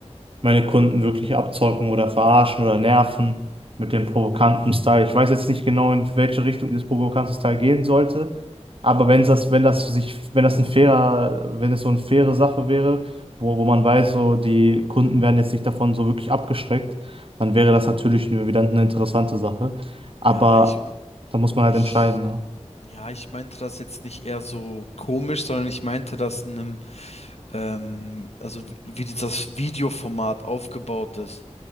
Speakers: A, on the right; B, on the left.
A: meine Kunden wirklich abzocken oder verarschen oder nerven mit dem provokanten Style. Ich weiß jetzt nicht genau, in welche Richtung dieses provokante Style gehen sollte, aber wenn das, wenn das sich, wenn das ein fairer, wenn es so eine faire Sache wäre, wo, wo man weiß, so die Kunden werden jetzt nicht davon so wirklich abgeschreckt, dann wäre das natürlich eine- wieder eine interessante Sache. Aber
B: Ja, ich,
A: da muss man halt
B: ich,
A: entscheiden, ne?
B: ja, ich meinte das jetzt nicht eher so komisch, sondern ich meinte das in einem, ähm, also wie, wie das Videoformat aufgebaut ist.